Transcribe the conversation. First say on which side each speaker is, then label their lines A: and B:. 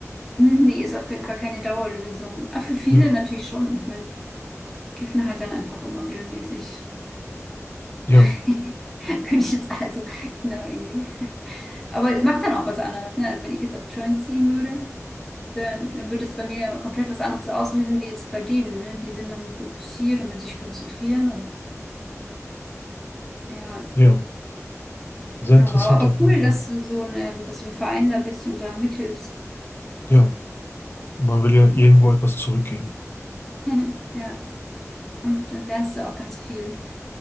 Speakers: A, in the centre; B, on the left (about 40°).
A: Mhm, Nee, ist auf jeden Fall keine Dauerlösung. Aber für viele
B: Ja,
A: natürlich schon. Ich meine, die kiffen halt dann einfach immer regelmäßig.
B: ja,
A: <laughs> Könnte ich jetzt also, genau, irgendwie. Aber es macht dann auch was anderes, ne? Also wenn ich jetzt am Joint ziehen würde, dann würde es bei mir ja komplett was anderes auslösen, wie jetzt bei denen, ne? Die sind dann fokussiert und können sich konzentrieren und ja.
B: ja. Sehr interessant
A: Oh, wow, aber
B: auf
A: cool,
B: jeden Fall.
A: dass du so eine, dass du im Verein da bist und da mithilfst.
B: Ja, man will ja irgendwo etwas zurückgeben.
A: <laughs> Ja. Und dann lernst du auch ganz viel.